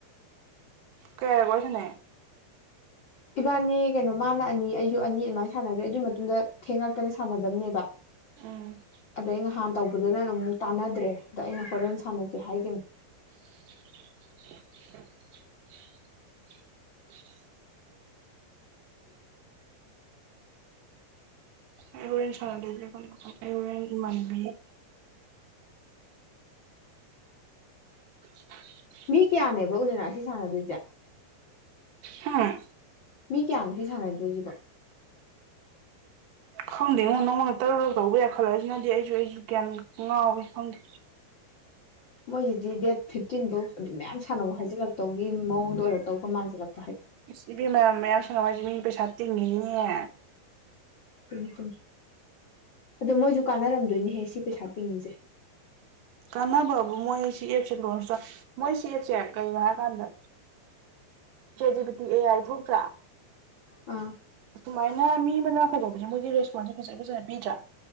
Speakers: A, on the right (about 75°); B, on the left (about 75°).
A: ꯀꯌꯥꯔꯛ ꯋꯥꯔꯤ ꯁꯥꯟꯅꯩ
B: ꯏꯕꯥꯅꯤ ꯀꯩꯅꯣ ꯃꯥꯅ ꯑꯅꯤ ꯑꯩꯁꯨ ꯑꯅꯤ ꯑꯗꯨꯃꯥꯏꯅ ꯁꯥꯟꯅꯈ꯭ꯔꯦ ꯑꯗꯨꯒꯤ ꯃꯇꯨꯡꯗ ꯊꯦꯡꯉꯛꯇꯅ ꯁꯥꯟꯅꯗꯕꯅꯦꯕ
A: ꯎꯝ
B: ꯑꯗꯣꯏ ꯅꯍꯥꯟ ꯇꯧꯕꯗꯨꯅ ꯑꯗꯨꯝꯛ ꯇꯥꯟꯅꯗ꯭ꯔꯦ ꯑꯗ ꯑꯩꯅ ꯍꯣꯔꯦꯟ ꯁꯥꯟꯅꯁꯦ ꯍꯥꯏꯈꯤꯕꯅꯤ
A: <unintelligible>
B: <unintelligible>
A: ꯍꯣꯏ ꯍꯣꯔꯦꯟ ꯁꯔꯗ ꯑꯗꯨꯅ ꯑꯩ ꯍꯨꯔꯦꯟ ꯏꯃꯟꯅꯕꯤ ꯎ <unintelligible>
B: ꯃꯤ ꯀꯌꯥꯅꯦ ꯄꯨꯜꯂꯞ ꯑꯣꯏꯅꯔꯥ ꯑꯁꯤ ꯁꯥꯟꯅꯗꯣꯏꯁꯦ
A: ꯍꯥꯥ
B: ꯃꯤ ꯀꯌꯥꯅꯣ ꯁꯤ ꯁꯥꯟꯅꯗꯣꯏꯁꯤꯕꯣ
A: ꯈꯪꯗꯦꯉꯣ ꯅꯪꯉꯑꯣꯟꯗ ꯇꯔꯨꯔꯛ ꯇꯧꯕ ꯌꯥꯏꯈꯠꯂꯛ ꯑꯁꯤꯅꯗꯤ ꯑꯩꯁꯨ ꯑꯩꯁꯨ ꯒ꯭ꯌꯥꯟ ꯉꯥꯎꯏꯤ ꯈꯪꯗꯦ
B: ꯃꯣꯏꯁꯤꯗꯤ ꯗꯦꯠ ꯐꯤꯞꯇꯤꯟꯕꯨ ꯑꯗꯨꯝ ꯃꯌꯥꯝ ꯁꯥꯟꯅꯕ ꯍꯥꯏꯖꯤꯜꯂꯛꯇꯧꯒꯤ ꯃꯑꯣꯡꯗ ꯑꯣꯏꯔꯛꯇꯧꯕꯒ ꯃꯥꯟꯁꯤꯜꯂꯛ
A: ꯑꯥꯁ ꯏꯕꯦꯝꯃꯥ ꯃꯌꯥꯝ ꯁꯅꯧ ꯍꯥꯏꯁꯤ ꯃꯤ ꯄꯩꯁꯥ ꯇꯤꯡꯉꯤꯅꯤꯅꯦ
B: ꯆꯨꯝ ꯆꯨꯝꯃꯤ ꯑꯗꯣ ꯃꯣꯏꯁꯨ ꯀꯥꯟꯅꯔꯝꯗꯣꯏꯅꯤꯍꯦ ꯁꯤ ꯄꯩꯁꯥ ꯇꯤꯡꯉꯤꯁꯦ
A: ꯀꯥꯟꯅꯕꯕꯨ ꯃꯣꯏ ꯁꯤ ꯑꯦꯞꯁꯦ ꯂꯣꯟꯆ ꯃꯣꯏ ꯁꯤ ꯑꯦꯞꯁꯦ ꯀꯩꯒꯤꯅꯣ ꯍꯥꯏ ꯀꯥꯟꯗ ꯆꯦꯠꯖꯤꯄꯤꯇꯤ ꯑꯦ ꯑꯥꯏ ꯊꯣꯛꯇ꯭ꯔꯥ
B: ꯑꯥ
A: ꯑꯗꯨꯃꯥꯏꯅ ꯃꯤ ꯃꯅ ꯈꯥꯏꯗꯣꯛꯄꯁꯦ ꯃꯣꯏꯗꯤ ꯔꯦꯁꯄꯣꯟꯁꯇꯣ ꯐꯖ ꯐꯖꯅ ꯄꯤꯗ꯭ꯔꯥ